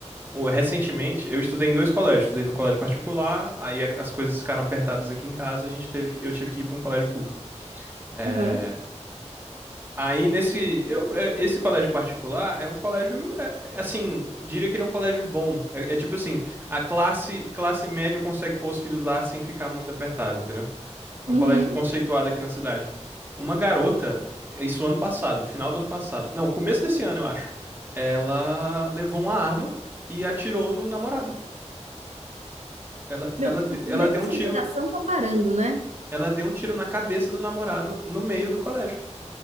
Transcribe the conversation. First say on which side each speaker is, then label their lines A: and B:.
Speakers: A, on the right; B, on the right.
A: o- Recentemente, eu estudei em dois colégios. Estudei num colégio particular, aí a- as coisas ficaram apertadas aqui em casa, a gente teve, que- eu tive que ir para um colégio público. É,
B: Aham.
A: aí nesse, eu, é, esse colégio particular é um colégio, é, é, assim, diria que ele é um colégio bom. É, é tipo assim, a classe, classe média consegue pôr os filhos lá sem ficar muito apertada, entendeu? É
B: Uhum.
A: um colégio conceituado aqui na cidade. Uma garota, isso ano passado, final do ano passado, não, começo desse ano, eu acho, ela levou uma arma e atirou no namorado. Ela,
B: Meu,
A: ela, de- ela
B: onde é
A: deu
B: que essa
A: um tiro,
B: geração tá parando, né?
A: ela deu um tiro na cabeça do namorado no meio do colégio.